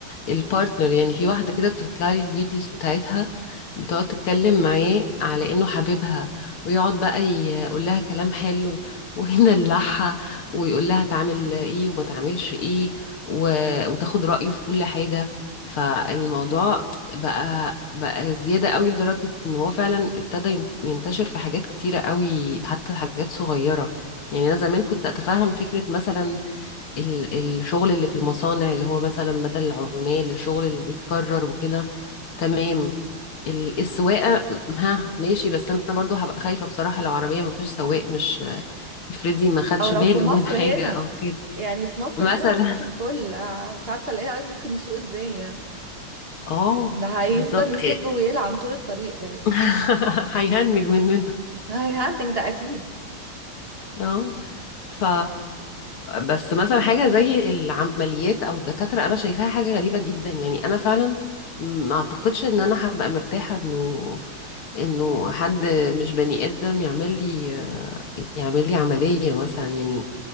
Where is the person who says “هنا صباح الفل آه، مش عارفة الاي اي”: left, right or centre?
Right